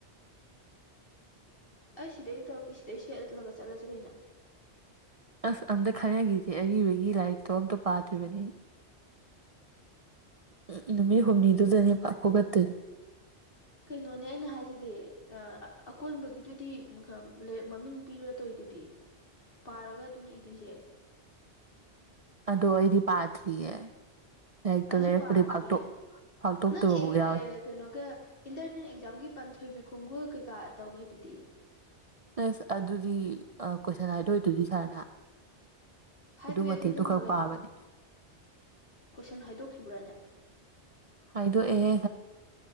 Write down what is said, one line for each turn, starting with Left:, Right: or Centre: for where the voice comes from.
Left: ꯑꯩ ꯁꯤꯗꯩ ꯇꯧꯔꯛꯀꯦ ꯁꯤꯗꯩ ꯁꯦꯠꯂꯒ ꯆꯠꯂꯁꯤ ꯀꯩꯅꯣ
Right: ꯑꯁ ꯑꯝꯇ ꯈꯟ ꯅꯥꯈꯤꯁꯦ ꯑꯔꯤꯕꯒꯤ ꯂꯥꯏꯔꯤꯛꯇꯣ ꯑꯝꯇ ꯄꯥꯗ꯭ꯔꯤꯕꯅꯤ
Left: ꯑ <inaudible>
Right: ꯎꯝ ꯅꯨꯃꯤꯠ ꯍꯨꯝꯅꯤꯗꯨꯗꯅꯤ ꯄ ꯐꯨꯒꯠꯇꯣꯏꯦ
Left: ꯀꯩꯅꯣꯅꯦ ꯑꯩꯅ ꯍꯥꯏꯁꯤꯗꯤ ꯑꯀꯣꯟꯕꯒꯤꯗꯨꯗꯤ ꯃꯃꯤꯡ ꯄꯤꯔꯗꯣꯏꯗꯨꯗꯤ ꯄꯥꯔꯒ ꯑꯗꯨꯅꯤ ꯏꯗꯣꯏꯁꯦ
Right: ꯑꯗꯣ ꯑꯩꯗꯤ ꯄꯥꯗ꯭ꯔꯤꯌꯦꯦ ꯂꯥꯏꯔꯤꯛꯇꯣ
Left: ꯑꯩꯁꯨ
Right: ꯂꯩꯔꯛꯄꯗꯤ
Left: ꯄꯥꯗ꯭ꯔꯤꯌꯦ
Right: ꯐꯥꯛꯇ ꯐꯥꯛꯇꯣꯛꯇꯕꯕꯨꯥꯎ
Left: ꯅꯪ
Right: ꯌꯥꯎꯋꯦ
Left: ꯀꯩꯅꯣꯒ ꯏꯟꯇꯔꯅꯦꯠ ꯑꯦꯛꯖꯥꯝꯒꯤ ꯄꯥꯟꯊꯣꯏꯕꯤ ꯈꯣꯡꯒꯨꯜ ꯀꯩꯀꯥ ꯇꯧꯈꯦꯗꯨꯗꯤ
Right: ꯑꯁ ꯑꯗꯨꯗꯤ ꯀꯣꯏꯁꯟ ꯍꯥꯏꯗꯣꯛ ꯑꯣꯏ ꯑꯗꯨꯗꯤ ꯁꯥꯔꯅ
Left: ꯍꯥꯏꯗꯣꯛꯑꯦ
Right: ꯃꯇꯦꯛꯇꯨ
Left: ꯑꯗꯨ ꯅꯪ
Right: ꯈꯛ ꯄꯥꯕꯅꯦ
Left: ꯀꯣꯏꯁꯟ ꯍꯥꯏꯗꯣꯛꯈꯤꯕ꯭ꯔꯥꯅꯦ
Right: ꯍꯥꯢꯗꯣꯛ ꯑꯦ ꯍꯦ